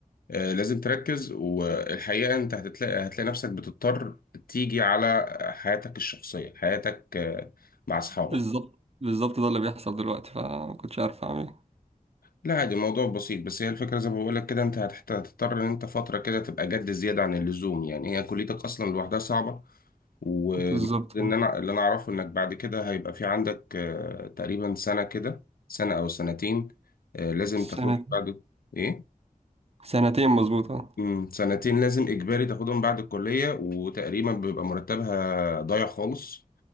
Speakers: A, on the left; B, on the right.
A: آه، لازم تركز والحقيقة انت هتلاقي هتلاقي نفسك بتضطر تيجي على حياتك الشخصية حياتك آه، مع اصحابك
B: بالظبط بالظبط ده اللي بيحصل دلوقتي فما كنتش عارف اعمل ايه
A: لا عادي الموضوع بسيط بس هي الفكرة زي ما بقولك كده انت هتحت- هتضطر ان انت فترة كده تبقى جد زيادة عن اللزوم يعني هي كليتك اصلا لوحدها صعبة مم. والمفروض
B: بالظبط
A: ان انا اللي انا اعرفه انك بعد كده هيبقى في عندك آه، تقريبا سنة كده سنة او سنتين آه، لازم تاخد
B: سنه
A: بعد ايه
B: سنتين مظبوطه
A: امم سنتين لازم اجباري تاخدهم بعد الكليه وتقريبا بيبقى مرتبها ضايع خالص